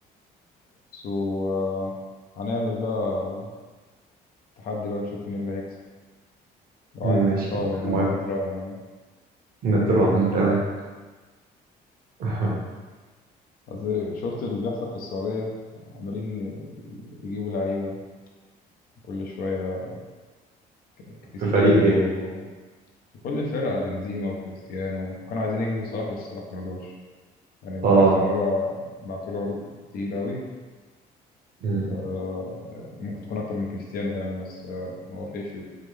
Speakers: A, on the left (about 60°); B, on the right (about 60°).
A: وهنعمل بقى تحدي بقى نشوف مين اللي هيكسب لو
B: مم،
A: عايز
B: ماشي
A: تتراهن
B: <laughs>
A: يعني
B: موافق
A: نتراهن يعني
B: نتراهن تمام <laughs>
A: أصل شفت اللي بيحصل في السعودية عمالين يجيبوا لعيبة كل شوية كريستيانو
B: في فريق إيه؟
A: كل الفرق بنزيما وكريستيانو وكانوا عايزين يجيبوا صلاح بس صلاح مرضاش يعني اللي
B: اه
A: عرفت إن هو بعتوله عروض كتير أوي
B: مم.
A: آه، ممكن تكون اكتر من كريستيانو كمان بس آه، ما وافقش